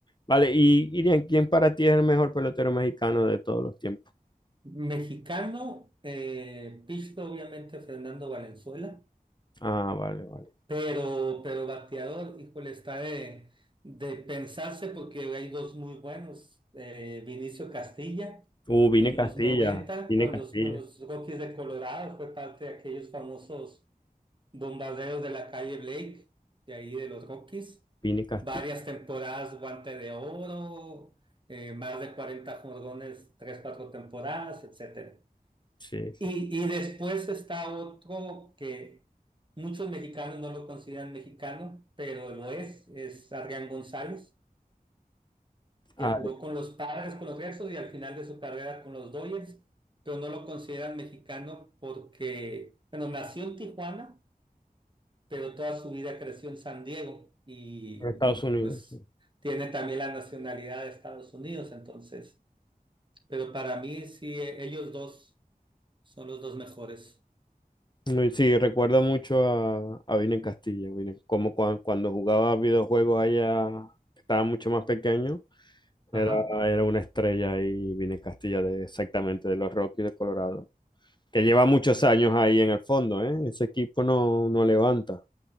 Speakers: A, on the left (about 30°); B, on the right (about 30°).
A: Vale, y Irian, ¿quién para ti es el mejor pelotero mexicano de todos los tiempos?
B: Mexicano, eh, pitcher, obviamente Fernando Valenzuela.
A: Ah, vale, vale.
B: Pero, pero bateador, híjole, está de, de pensarse porque hay dos muy buenos. eh, Vinicio Castilla,
A: Uh, Vine
B: en
A: Castilla,
B: los 90
A: Vine
B: con
A: Castilla,
B: los, con los Rockies de Colorado, fue parte de aquellos famosos bombarderos de la calle Blake, de ahí de los Rockies.
A: Vine Castilla.
B: Varias temporadas, guante de oro, eh, más de 40 jordones, 3 4 temporadas, etcétera.
A: Sí, sí.
B: Y, y después está otro que muchos mexicanos no lo consideran mexicano, pero lo es, es Adrián González, que
A: Ah,
B: jugó con los Padres, con los Rexos y al final de su carrera con los Dodgers, pero no lo consideran mexicano porque, bueno, nació en Tijuana, pero toda su vida creció en San Diego y,
A: de Estados
B: y,
A: Unidos.
B: pues
A: sí.
B: tiene también la nacionalidad de Estados Unidos, entonces, pero para mí sí, eh, ellos dos son los dos mejores.
A: No, y Sí, recuerda mucho a, a Vine en Castilla, Vine- como cua- cuando, jugaba videojuegos allá, que estaba mucho más pequeño, era,
B: Ajá.
A: era una estrella ahí, Vine en Castilla, de, exactamente, de los Rockies de Colorado, que lleva muchos años ahí en el fondo, ¿eh? Ese equipo no, no levanta,